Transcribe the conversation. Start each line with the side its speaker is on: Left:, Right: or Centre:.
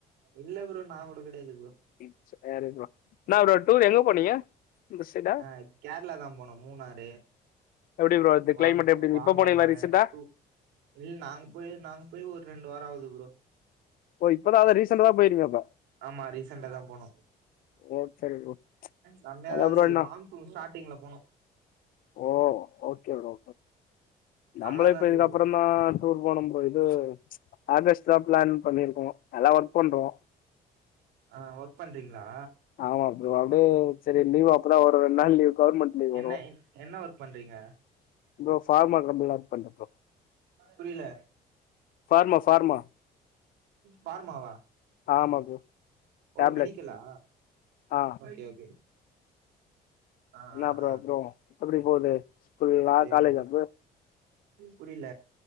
Right: இல்ல ப்ரோ நா மட்டூ கெடயாது ப்ரோ
Left: ம் ஸ்ஸு போர் இருக்கலா ன்னா ப்ரோ டூர் எங்க போனீங்க இந்த சைடா
Right: ஆ கேரளா தா போனோ மூணாறு
Left: எப்டி ப்ரோ இந்த
Right: வாங்க
Left: கிளைமேட் எப்டி
Right: வாங்கமானு
Left: இப்ப போனீங்களா ரீசெண்டா
Right: டூ இல் நாங்க போய் நாங்க போய் ஒரு ரெண்டு வாரெ ஆகுது ப்ரோ
Left: ஓ இப்பதா அதா ரீசண்டா தா போய் இருக்கீங்க அப்போ
Right: ஆமா ரீசெண்டா தா போனோ
Left: ஓ சரி ப்ரோ
Right: செம்மியாதா
Left: அதா
Right: இருந்தது
Left: ப்ரோ என்ன
Right: மான்சூன் ஸ்டார்டிங்ல போனோ
Left: ஓ ஓகே ப்ரோ நம்மளே
Right: நல்லாதா
Left: இப்ப
Right: இருந்தது
Left: இதுக்கப்புறே தா டூர் போனோ ப்ரோ இப் இது ஆகஸ்ட்டு தா பிளான் பண்ணிருக்கோ நல்லா ஒர்க் பண்றோ
Right: ஆ ஒர்க் பண்றீங்களா
Left: ஆமா ப்ரோ அப்டியே சேரி லீவ் அப்புனா ஒரு ரெண்டு நாள் லீவ் கவுர்மெண்ட் லீவ்
Right: என்ன
Left: வரு
Right: என்ன ஒர்க் பண்றீங்க
Left: இந்த ஃபார்மாக் வந்து லாக் பண்ட்ட ப்ரோ
Right: புரியல
Left: ஃபார்மா ஃபார்மா
Right: ஃபார்மாவா
Left: ஆமா ப்ரோ
Right: ஓ
Left: டேப்லெட்
Right: மெடிக்குலா
Left: ஆ
Right: ஓகே ஓகே ஆ
Left: என்ன
Right: ஆ
Left: ப்ரோ
Right: ஆ
Left: அப்றோ எப்புடி போது ஸ்கூல்லா
Right: என்து
Left: காலேஜா ப்ரோ
Right: புரில